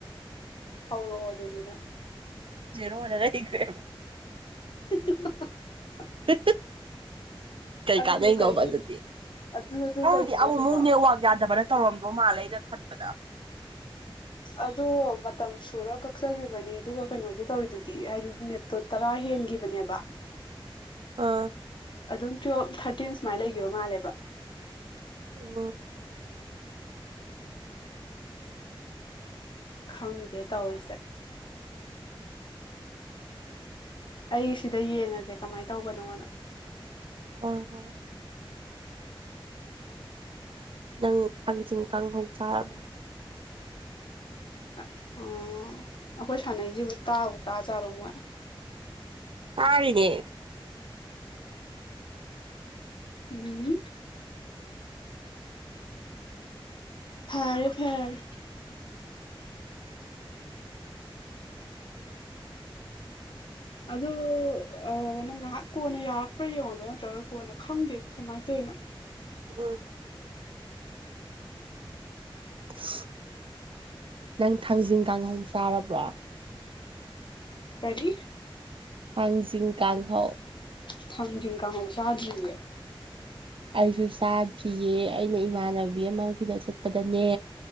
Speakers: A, on the left; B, on the right.
A: ꯍ ꯑꯗꯨꯗꯤꯅ
B: ꯖꯔꯣꯑꯣ ꯅꯗ ꯀ
A: <unintelligible>
B: ꯇꯠ ꯀꯩ
A: ꯑꯗꯨꯕꯨ
B: ꯀꯥꯟꯅꯩꯅꯣꯕ
A: ꯀꯩꯒꯤꯅꯣ
B: ꯑꯗꯨꯗꯤ
A: ꯑꯗꯨꯗꯨ
B: ꯈꯪꯗꯤ
A: ꯀꯩꯒꯤꯅꯣ
B: ꯑꯃꯨꯛ
A: ꯑꯗꯨꯕꯣ
B: ꯑꯃꯨꯛꯅꯦ ꯋꯥ ꯌꯥꯗꯕ꯭ꯔꯥ ꯇꯧꯔꯝꯗꯧ ꯃꯥꯜꯂꯦꯅ ꯈꯟꯕꯗ
A: ꯑꯗꯣ ꯃꯇꯝ ꯁꯨꯔ ꯀꯛꯆꯈꯤꯕꯅꯤ ꯑꯗꯨꯒ ꯀꯩꯅꯣꯗꯨꯣ ꯇꯧꯋꯤꯗꯨꯗꯤ ꯍꯥꯏꯗꯤ ꯃꯤꯅꯤꯠꯇꯣ ꯇꯔꯥ ꯍꯦꯟꯒꯤ ꯕꯅꯕ
B: ꯑꯥ
A: ꯑꯗꯨꯝ ꯇꯨꯋꯦꯜꯞ ꯊꯥꯔꯇꯤꯟ ꯁꯨꯃꯥꯏꯅ ꯂꯩꯈꯤꯕ ꯃꯥꯜꯂꯦꯕ
B: ꯑ
A: ꯈꯪꯗꯦ ꯇꯧꯔꯤꯁꯦ ꯑꯩ ꯁꯤꯗ ꯌꯦꯡꯉꯁꯦ ꯀꯃꯥꯏꯅ ꯇꯧꯕꯅꯣꯅ
B: ꯍꯣꯏ ꯍꯣꯏ ꯅꯪ ꯊꯥꯡꯖꯤꯡ ꯀꯥꯡꯍꯧ ꯆꯥꯔꯕ꯭ꯔꯥ
A: ꯑꯣ ꯑꯩꯈꯣꯏ ꯁꯥꯟꯅꯩꯁꯤꯕꯨ ꯇꯥꯕꯨ ꯇꯥꯖꯥꯔꯨ ꯃꯣꯏ
B: ꯇꯥꯔꯤꯅꯦ
A: ꯎꯝ ꯐꯔꯦ ꯐꯔ ꯑꯗꯨꯗ ꯅꯪ ꯉꯥꯏꯍꯥꯛ ꯀꯣꯟꯅ ꯌꯥꯔꯛꯄ꯭ꯔꯥ ꯌꯦꯡꯉꯣꯗꯣ ꯅꯠꯇ꯭ꯔꯒ ꯀꯣꯟꯅ ꯈꯪꯗꯦ ꯀꯃꯥꯏꯅ ꯇꯧꯋ <inaudible>
B: ꯎꯝ <inaudible> ꯅꯪ ꯊꯥꯡꯖꯤꯡ ꯀꯥꯡꯍꯧ ꯆꯥꯔꯕ꯭ꯔꯣ
A: ꯀꯔꯤ
B: ꯊꯥꯡꯖꯤꯡ ꯀꯥꯡꯍꯧ
A: ꯊꯖꯤꯡꯀꯥ ꯍꯜ ꯁꯥꯥꯖꯔꯤꯌꯦ
B: ꯑꯩꯁꯨ ꯆꯥꯗ꯭ꯔꯤꯌꯦ ꯑꯩꯅ ꯏꯃꯥꯟꯅꯕꯤ ꯑꯃꯒꯤꯗ ꯆꯠꯄꯗꯅꯦ